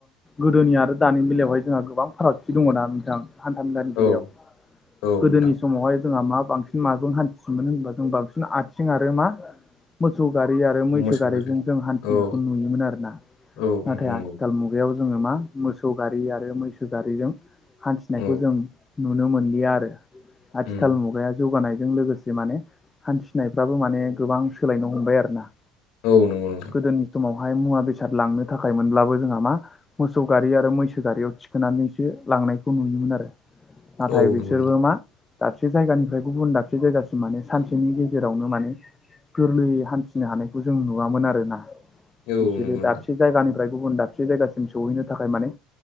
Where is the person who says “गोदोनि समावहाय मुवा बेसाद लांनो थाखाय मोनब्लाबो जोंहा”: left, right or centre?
Left